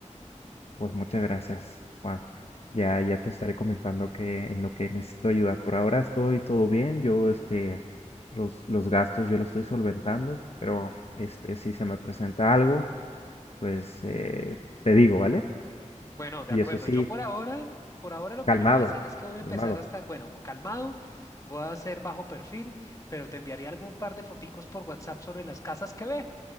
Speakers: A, on the left (about 55°); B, on the left (about 25°).
A: Pues muchas gracias, Juan. Ya, ya te estaré comentando que en lo que necesito ayuda. Por ahora estoy todo bien. Yo, este, los, los gastos yo los estoy solventando, pero este, si se me presenta algo, pues eh, te digo, ¿vale?
B: Bueno, de
A: Y
B: acuerdo.
A: eso sí,
B: Yo por ahora, por ahora lo que
A: calmado,
B: yo voy a hacer es que voy a
A: calmado.
B: empezar a estar, bueno, calmado, voy a hacer bajo perfil, pero te enviaré algún par de foticos por WhatsApp sobre las casas que vea